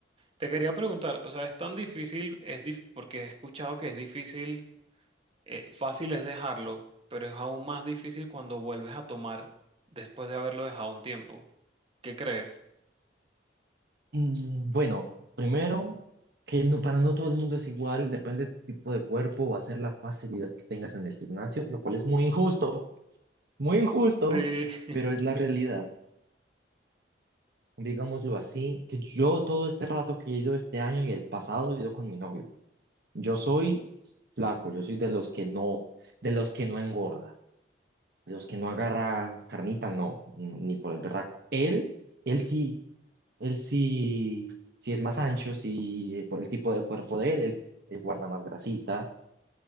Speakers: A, on the right; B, on the right.
A: Te quería preguntar, o sea, es tan difícil, es dif- porque he escuchado que es difícil, eh, fácil es dejarlo, pero es aún más difícil cuando vuelves a tomar después de haberlo dejado un tiempo. ¿Qué crees?
B: Mm, Bueno, primero, que no, para no todo el mundo es igual, depende de tu tipo de cuerpo, va a ser la facilidad que tengas en el gimnasio, lo cual es muy injusto, muy injusto,
A: Sí. <laughs>
B: pero es la realidad. digámoslo así, que yo todo este rato que he ido este año y el pasado he ido con mi novio. Yo soy flaco, yo soy de los que no, de los que no engorda, de los que no agarra carnita, no, ni por el berraco. Él, él sí, él sí, sí es más ancho, sí, eh, por el tipo de cuerpo de él, él, él guarda más grasita.